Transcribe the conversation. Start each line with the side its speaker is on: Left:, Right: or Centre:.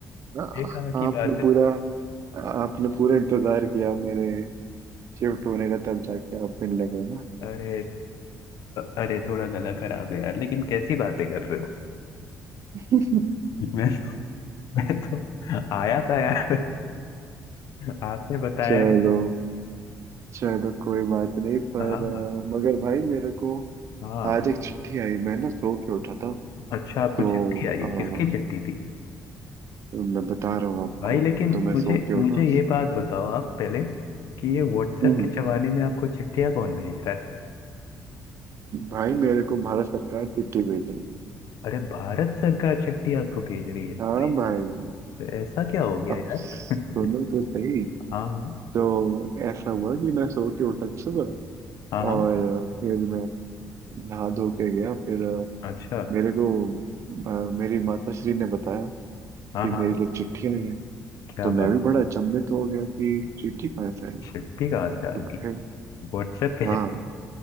Right: का आ-
Left: ये कहाँ की
Right: आपने
Left: बात है
Right: पूरा आपने पूरा इंतजार किया मेरे शिफ्ट होने का तब जाके आप मिलने गए ना
Left: अरे अरे थोड़ा गला खराब है यार लेकिन कैसी बातें कर रहे हो
Right: <laughs>
Left: <laughs> मैं तो, मैं तो आया था यार आपने बताया
Right: चलो
Left: नहीं
Right: चलो कोई बात नहीं पर
Left: हाँ
Right: अ, मगर भाई मेरे को
Left: हाँ
Right: आज एक चिट्ठी आई मैं ना सो के उठा था
Left: अच्छा
Right: तो
Left: आपको चिट्ठी आई किसकी
Right: अ,
Left: चिट्ठी थी
Right: मैं बता रहा हूँ आपको
Left: भाई लेकिन
Right: तो मैं
Left: मुझे
Right: सो के उठा
Left: मुझे ये बात बताओ आप पहले कि ये व्हाट्सएप
Right: हम्म
Left: के जमाने में आपको चिट्ठियां कौन भेज रहा है
Right: भाई मेरे को भारत सरकार चिट्ठी भेज रही है
Left: अरे भारत सरकार चिट्ठी आपको भेज रही है भाई
Right: हाँ
Left: साहब,
Right: भाई
Left: तो ऐसा क्या हो गया
Right: अब
Left: यार
Right: सुनो
Left: <laughs>
Right: तो सही
Left: हाँ हाँ
Right: तो ऐसा हुआ कि मैं सो के उठा था सुबह
Left: हाँ हाँ
Right: और फिर मैं नहा धो के गया फिर
Left: अच्छा
Right: मेरे को अ, मेरी माता श्री ने बताया
Left: हाँ
Right: कि मेरे
Left: हाँ
Right: लिए चिट्ठी आई है
Left: क्या
Right: तो मैं
Left: बात
Right: भी बड़ा अचंभित हो गया कि चिट्ठी कहाँ से आई है
Left: चिट्ठी कहाँ से आ
Right: तो
Left: गई
Right: फिर
Left: व्हाट्सएप के
Right: हाँ